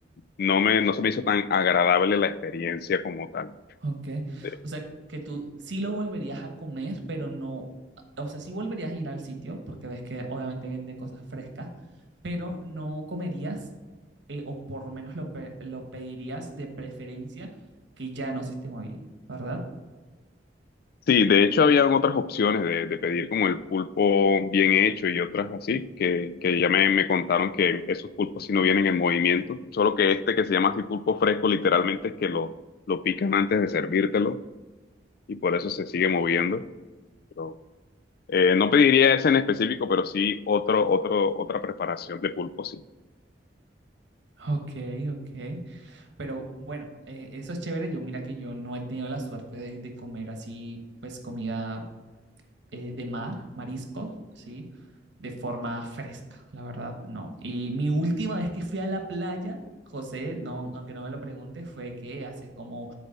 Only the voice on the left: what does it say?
no me, no se me hizo tan agradable la experiencia como tal.
De-
sí, de hecho habían otras opciones de, de pedir como el pulpo bien hecho y otras así, que, que ya me, me contaron que esos pulpos sí no vienen en movimiento, solo que este que se llama así pulpo fresco literalmente es que lo lo pican antes de servírtelo y por eso se sigue moviendo. Pero, eh, no pediría ese en específico, pero sí otro, otro, otra preparación de pulpo, sí.